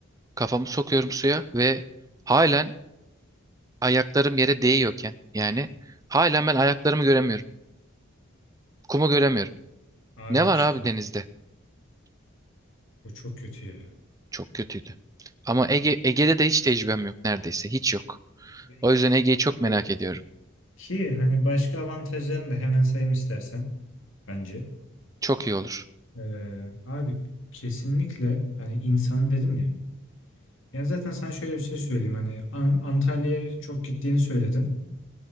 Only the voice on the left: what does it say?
Abi
işte
o çok kötü ya.
Böyle
ilginç.
Evet.
Ki hani başka avantajlarını da hemen sayayım istersen bence.
Ee, abi kesinlikle hani insanı dedin ya. Yani zaten sana şöyle bir şey söyleyeyim. Hani An- Antalya'ya çok gittiğini söyledin.